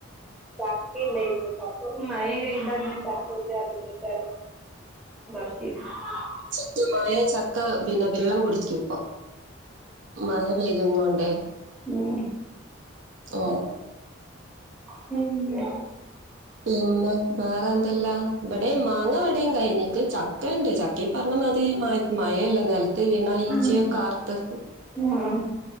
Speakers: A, in the centre; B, on the right (about 70°).
A: ചക്കിണ്ടേയ്ന്നു ചക്ക മയയ്താ പിന്നെ ചക്ക ഒരു ചാതി അല്ലയ്ക്കാരം <unintelligible>
B: ശക്തമായ ചക്ക പിന്നെ വെള്ളം കുടിച്ചു കിപ്പൊ മയ പെയ്യുന്നോണ്ടേ
A: ഉം
B: ഓഹ്
A: പിന്നെ
B: പിന്നെ ബേറെന്തല്ലാ ഇബിടെ മാങ്ങ ഇടയു ക യിഞ്ഞിട്ട് ചക്ക ഇണ്ട് ചക്ക ഈ പറഞ്ഞമാതിരി മയല്ലേ നെൽത്ത് വീണാല് ഈച്ചയൊക്കെ
A: ഉം
B: ആർത്ത്
A: ആഹ്